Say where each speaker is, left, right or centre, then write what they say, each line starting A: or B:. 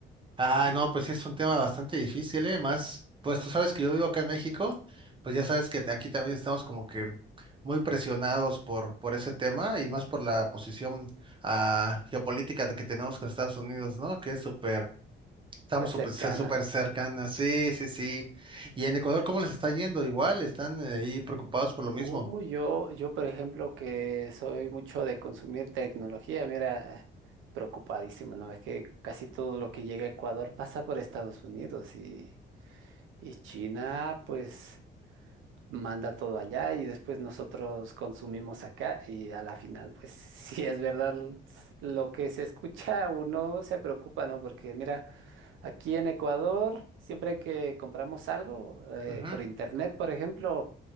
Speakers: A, on the right; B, on the right.
A: Ah,
B: mi
A: no, pues sí es un tema bastante difícil, ¿eh? Más, pues tú sabes que yo vivo acá en México, pues ya sabes que aquí también estamos como que muy presionados por, por ese tema y más por la posición ah, geopolítica de que tenemos con Estados Unidos, ¿no? Que es súper, estamos
B: súper
A: súper,
B: cercana.
A: cer- súper cercanas, sí, sí, sí. Y en Ecuador, ¿cómo les está yendo? Igual, están eh, ahí preocupados por lo mismo.
B: Uh, yo, yo, por ejemplo, que soy mucho de consumir tecnología, mira, preocupadísimo, ¿no? Es que casi todo lo que llega a Ecuador pasa por Estados Unidos y, y China, pues... manda todo allá y después nosotros consumimos acá y a la final, pues <laughs> si es verdad l- s- lo que se escucha, uno se preocupa, ¿no? Porque mira, aquí en Ecuador, siempre que compramos algo eh,
A: Ujú.
B: por internet, por ejemplo,